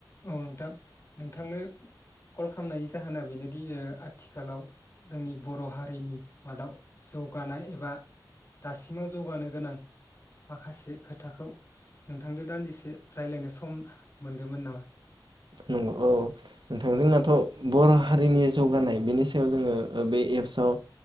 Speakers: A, on the left (about 35°); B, on the right (about 75°).
A: औ नोंथां नोंथांनो कल खामनायनि जाहोना बेनोदि ओ आथिखालाव जोंनि बर' हारिनि मादाव जौगानाय एबा दासिमाव जौगानो गोनां माखासे खोथाखौ नोंथांजों दान्दिसे रायलायनो सम मोनगौमोन नामा?
B: नंगौ औ। नोंथां जोंनाथ' बर' हारिनि जौगानाय बेनि सायाव जोङो ओ बे एप्सआव